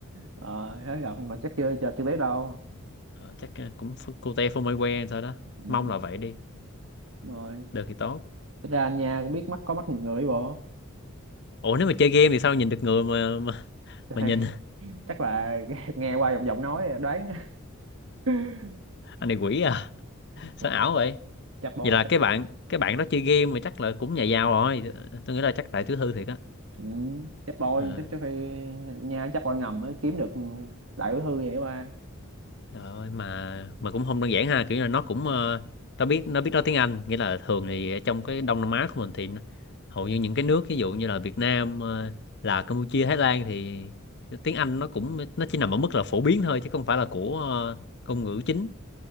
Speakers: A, on the right; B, on the left.
A: ờ thấy gặp mà chắc chưa chưa chưa biết đâu
B: Ờ, chắc ờ, cũng ph- cô te phô mai que sao đó
A: ừ,
B: mong là vậy đi
A: đúng rồi
B: được thì tốt
A: tính ra anh nha cũng biết mắt có mắt nhìn người bộ
B: Ủa nếu mà chơi game thì sao nhìn được người mà mà,
A: Đây,
B: mà nhìn
A: <laughs> chắc là nghe nghe qua giọng giọng nói đoán <laughs>
B: anh này quỷ à
A: Ôi,
B: sao ảo vậy
A: chắc bôi
B: vậy là
A: chắc
B: cái bạn cái bạn đó chơi game mà chắc là cũng nhà giàu rồi tôi nghĩ là chắc tại thứ thư thiệt á
A: ừ, chắc bôi
B: Ờ,
A: chắc chắc phải nha chắc bôi ngầm mới kiếm được đại bí thư vậy qua
B: trời ơi mà mà cũng không đơn giản ha kiểu là nó cũng ờ, nó biết nó biết nói tiếng Anh nghĩa là thường thì ở trong cái Đông Nam Á của mình thì nó- hầu như những cái nước ví dụ như là Việt Nam ờ, Lào Campuchia Thái Lan thì tiếng Anh nó cũng nó chỉ nằm ở mức là phổ biến thôi chứ không phải là của ờ, ngôn ngữ chính